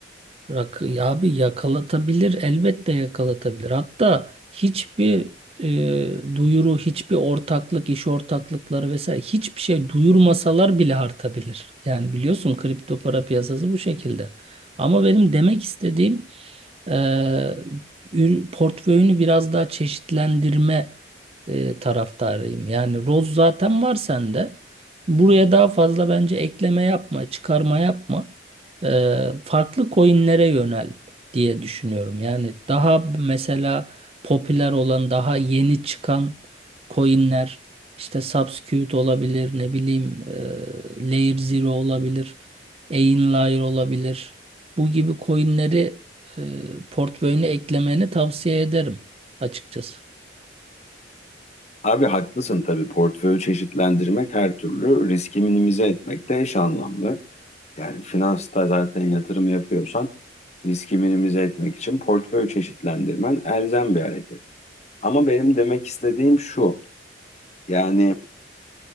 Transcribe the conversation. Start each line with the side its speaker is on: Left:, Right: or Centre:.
Right: Rakı ya abi yakalatabilir elbette yakalatabilir. Hatta hiçbir e, duyuru, hiçbir ortaklık, iş ortaklıkları vesaire hiçbir şey duyurmasalar bile artabilir. Yani biliyorsun kripto para piyasası bu şekilde. Ama benim demek istediğim e, ür- portföyünü biraz daha çeşitlendirme e, taraftarıyım. Yani roz zaten var sende. Buraya daha fazla bence ekleme yapma, çıkarma yapma e, farklı coinlere yönel diye düşünüyorum. Yani daha mesela popüler olan, daha yeni çıkan coinler işte Subsecurity olabilir, ne bileyim e, Layer Zero olabilir, Layer olabilir. Bu gibi coinleri e, portföyüne eklemeni tavsiye ederim açıkçası.
Left: Abi haklısın tabii. Portföyü çeşitlendirmek her türlü riski minimize etmekte eş anlamlı. Yani finansta zaten yatırım yapıyorsan riski minimize etmek için portföyü çeşitlendirmen elzem bir hareket. Ama benim demek istediğim şu. Yani